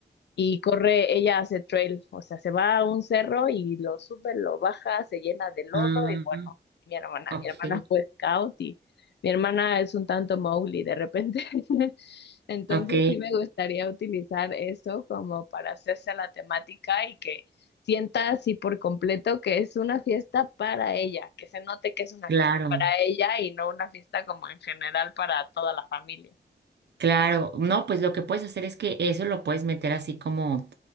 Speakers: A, on the left; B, on the right.
A: y corre, ella hace trail, o sea, se va a un cerro y lo sube, lo baja, se llena de lodo
B: Ah,
A: y bueno, mi hermana,
B: ok,
A: mi hermana fue scout y mi hermana es un tanto Mowgli de repente. <laughs> Entonces
B: ok,
A: sí me gustaría utilizar eso como para hacerse la temática y que sienta así por completo que es una fiesta para ella, que se note que es una
B: claro.
A: fiesta para ella y no una fiesta como en general para toda la familia.
B: Claro, no, pues lo que puedes hacer es que eso lo puedes meter así como,